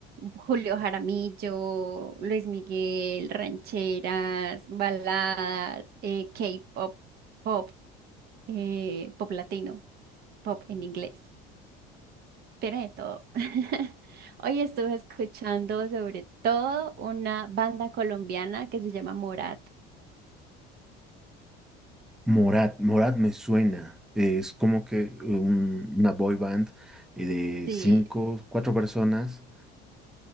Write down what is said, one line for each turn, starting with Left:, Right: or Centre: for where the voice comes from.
Right: Julio Jaramillo, Luis Miguel, rancheras, baladas, eh, K-pop, pop, eh, pop latino, pop en inglés. Tiene de todo. <laughs> Hoy estuve escuchando sobre todo una banda colombiana que se llama Morat.
Centre: Morat, Morat me suena, eh, es como que un- una boy band eh, de
Right: Sí,
Centre: cinco, cuatro personas.